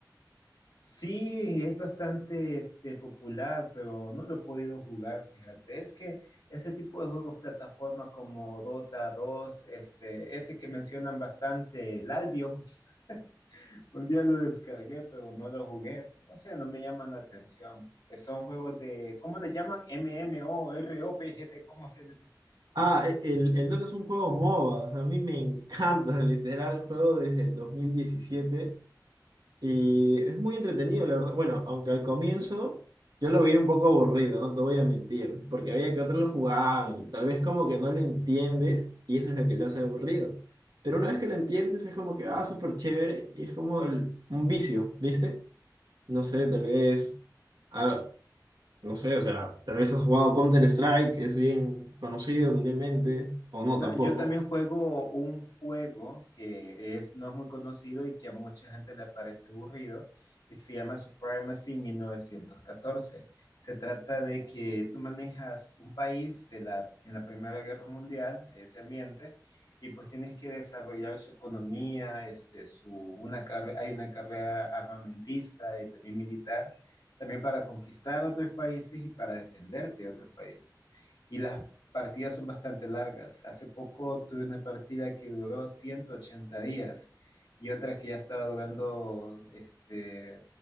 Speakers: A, on the left (about 60°); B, on the right (about 70°).
A: Sí, es bastante este, popular, pero no lo he podido jugar, fíjate. Es que ese tipo de juegos plataforma como Dota dos, este, ese que mencionan bastante, el Albion, <laughs> un día lo descargué, pero no lo jugué. No sé, no me llaman la atención. Eh, Son juegos de, ¿cómo le llaman? MMORPG, ¿cómo se les dice?
B: Ah, e- el, el Dota es un juego MOBA, o sea, a mí me encanta, <laughs> literal, juego desde el 2017 y es muy entretenido, la verdad. Bueno, aunque al comienzo yo lo veía un poco aburrido, no te voy a mentir, porque veía que otros lo jugaban y tal vez como que no lo entiendes y eso es lo que lo hace aburrido. Pero una vez que lo entiendes es como que, ah, súper chévere y es como el- un vicio, ¿viste? No sé, tal vez... ah, no sé, o sea, tal vez has jugado Counter-Strike, que es bien conocido mundialmente, o no
A: No,
B: tampoco.
A: yo también juego un juego que es, no es muy conocido y que a mucha gente le parece aburrido y se llama Supremacy 1914. Se trata de que tú manejas un país de la, en la Primera Guerra Mundial, ese ambiente, y pues tienes que desarrollar su economía, este, su, una carre- hay una carrera armamentista y también militar, también para conquistar otros países y para defenderte de otros países y las partidas son bastante largas. Hace poco tuve una partida que duró 180 días y otra que ya estaba durando, este,